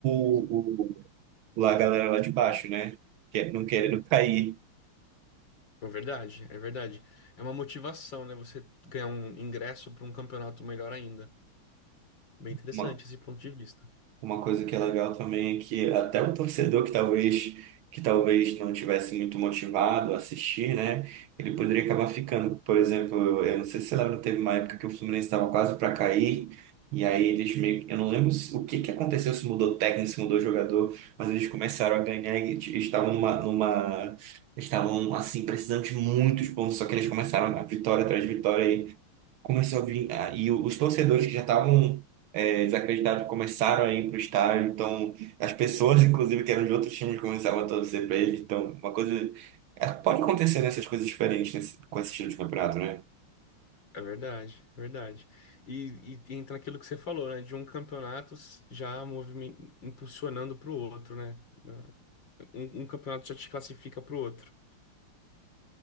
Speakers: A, on the right; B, on the left.
A: o, lá a galera lá de baixo, né? Que- é, Não querendo cair.
B: É verdade, é verdade. É uma motivação, né? Você ganhar um ingresso para um campeonato melhor ainda. Bem interessante
A: Uma,
B: esse ponto de vista.
A: uma coisa que é legal também é que até o torcedor que talvez que talvez não tivesse muito motivado a assistir, né? Ele poderia acabar ficando. Por exemplo, eu, eu não sei se você lembra, teve uma época que o Fluminense estava quase para cair. E aí eles meio que, eu não lembro se- o que que aconteceu, se mudou técnico, se mudou jogador, mas eles começaram a ganhar e t- estavam numa, numa, estavam assim precisando de muitos pontos, só que eles começaram a vitória atrás de vitória Começou a vir, ah, e os torcedores que já estavam é, desacreditados começaram a ir para o estádio, então as pessoas, <laughs> inclusive, que eram de outros times, começavam a torcer para eles, então uma coisa... é, Pode acontecer nessas coisas diferentes nesse, com esse estilo de campeonato, né?
B: É verdade, é verdade. E, e, entra naquilo que você falou, né? De um campeonato já movimen- impulsionando para o outro, né? Ah, Um, um campeonato já te classifica para o outro.